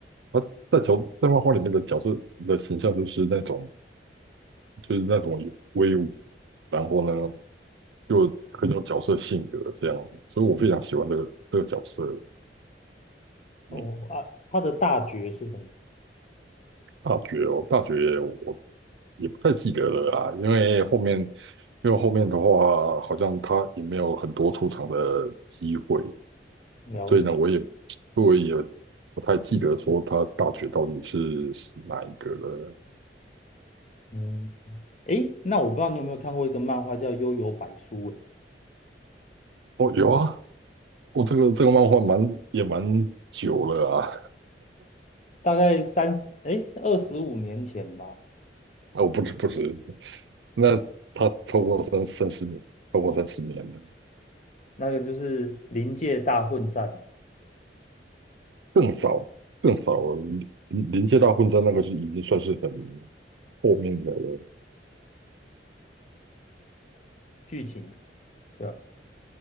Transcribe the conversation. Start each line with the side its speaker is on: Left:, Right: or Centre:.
Right: 他在角在漫画里面的角色的形象就是那种就是那种有威武，然后呢又很有角色性格这样所以我非常喜欢这个这个角色。
Left: 哦啊，
Right: 嗯，
Left: 他的大绝是什么？
Right: 大绝哦，大绝我也不太记得了啊，因为后面因为后面的话好像他也没有很多出场的机会，
Left: 了，
Right: 所以呢我也我也不太记得说他大绝到底是是哪一个了。
Left: 嗯，诶，那我不知道你有没有看过一个漫画叫《幽游百书》诶，
Right: 哦，有啊，我、这个这个漫画蛮也蛮久了啊。
Left: 大概三十诶二十五年前吧，
Right: 哦，不止不止，那他超过三三十年，超过三十年了，
Left: 那个就是临界大混战
Right: 更早更早，临临界大混战那个是已经算是很后面的了。
Left: 剧情，对吧？